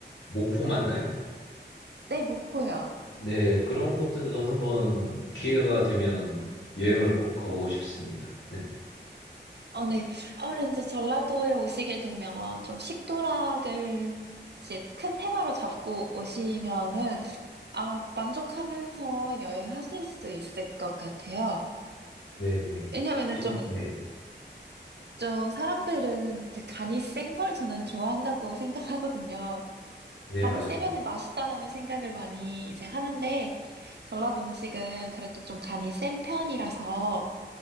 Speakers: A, on the left (about 80°); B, on the right (about 65°).
A: 목포 맞나요?
B: 네, 목포요.
A: 네, 그런 곳들도 한번 기회가 되면 여행을 꼭 가보고 싶습니다.
B: 어, 네. 아무래도 전라도에 오시게 되면 좀 식도락을 이제 큰 테마로 잡고 오시면은 아마 만족하면서 여행하실 수 있을 것 같아요.
A: 네네.
B: 왜냐면은
A: 진,
B: 좀,
A: 네.
B: 좀 사람들은 이제 간이 센 걸 저는 좋아한다고 생각하거든요.
A: 네,
B: 간이
A: 맞아요.
B: 세면은 맛있다라는 생각을 많이 이제 하는데, 전라도 음식은 그래도 좀 간이 센 편이라서,